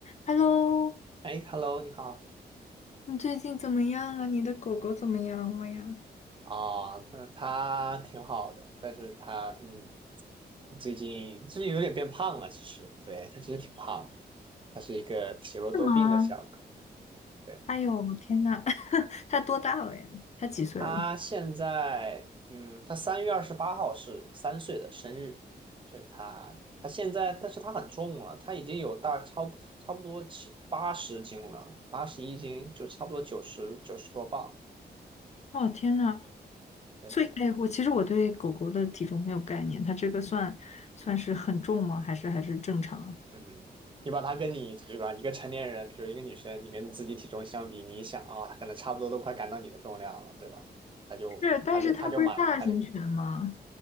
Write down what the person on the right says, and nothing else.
哎，Hello，你好
啊，那他挺好的，但是他嗯，最近最近有点变胖了，其实，对，他其实挺胖的，他是一个体弱多病的小狗，
对，
他现在嗯，他三月二十八号是三岁的生日，所以他他现在，但是他很重了，他已经有大差不差不多七八十斤了，八十一斤就差不多九十九十多磅，
对，
嗯，你把它跟你对吧，一个成年人，比如一个女生，你跟你自己体重相比，你一想啊，她可能差不多都快赶到你的重量了，对吧？她就她就她就满，
她就